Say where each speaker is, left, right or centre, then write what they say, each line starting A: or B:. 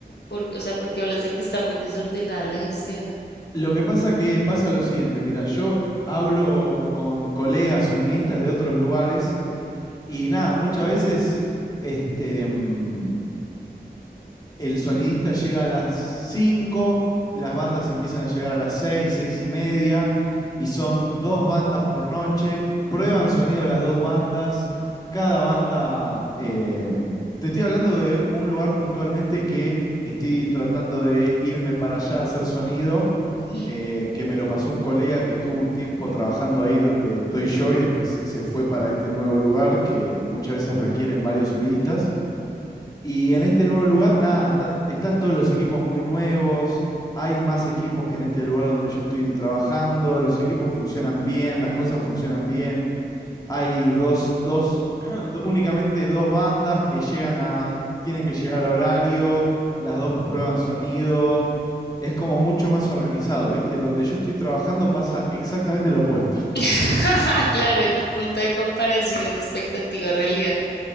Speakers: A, on the left; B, on the left.
A: Porque, o sea, porque hablas de que está muy desordenada la gestión.
B: lo que pasa que pasa lo siguiente, mira, yo hablo con colegas sonidistas de otros lugares y nada, muchas veces este, mm, el sonidista llega a las 5, las bandas empiezan a llegar a las 6, 6 y media, y son dos bandas por noche, prueban sonido las dos bandas, cada banda... eh, te estoy hablando de un lugar puntualmente que estoy tratando de irme para allá a hacer sonido,
A: Mm.
B: eh, que me lo pasó un colega que estuvo un tiempo trabajando ahí donde estoy yo y después se fue para este nuevo lugar que muchas veces requieren varios sonidistas. Y en este nuevo lugar, nada, está- están todos los equipos muy nuevos, hay más equipos que en este lugar donde yo estoy trabajando, los equipos funcionan bien, las cosas funcionan bien, hay dos, dos, <clears throat> do- únicamente dos bandas que llegan a, tienen que llegar a horario, las dos prueban sonido, es como mucho más organizado, ¿viste? Donde yo estoy trabajando pasa exactamente lo opuesto.
A: <laughs> Claro, el punto de comparación, expectativa, realidad.